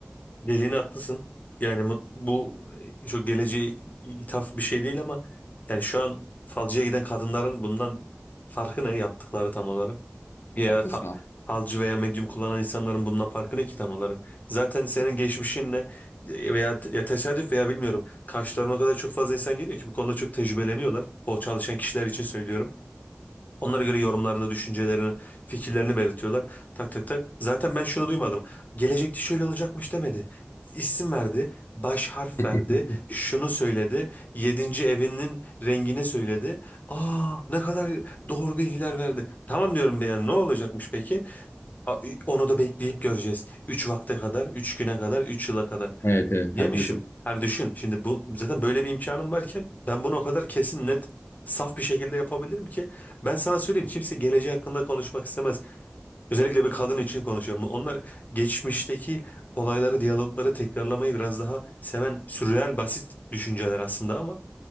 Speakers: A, on the left; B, on the left.
A: Dediğin haklısın. Yani mut- bu e, çok geleceğe ithaf bir şey değil ama yani şu an falcıya giden kadınların bundan farkı ne yaptıkları tam olarak? Ya
B: Haklısın
A: fa-
B: aslında.
A: falcı veya medyum kullanan insanların bundan farkı ne ki tam olarak? Zaten senin geçmişinle e, veya ya tesadüf veya bilmiyorum karşılarına o kadar çok fazla insan geliyor ki bu konuda çok tecrübeleniyorlar. O çalışan kişiler için söylüyorum. Onlara göre yorumlarını, düşüncelerini, fikirlerini belirtiyorlar. Tak tak tak. Zaten ben şunu duymadım. Gelecekte şöyle olacakmış demedi. İsim verdi, baş harf
B: <laughs>
A: verdi, şunu söyledi, yedinci evinin rengini söyledi. Aa ne kadar doğru bilgiler verdi. Tamam diyorum ben yani ne olacakmış peki? A- Onu da bekleyip göreceğiz. Üç vakte kadar, üç güne kadar, üç yıla kadar.
B: Evet evet
A: Yemişim.
B: haklısın.
A: Yani düşün şimdi bu zaten böyle bir imkanım varken ben bunu o kadar kesin net saf bir şekilde yapabilirim ki ben sana söyleyeyim kimse geleceği hakkında konuşmak istemez. Özellikle bir kadın için konuşuyorum. Onlar geçmişteki olayları, diyalogları tekrarlamayı biraz daha seven sürreal basit düşünceler aslında ama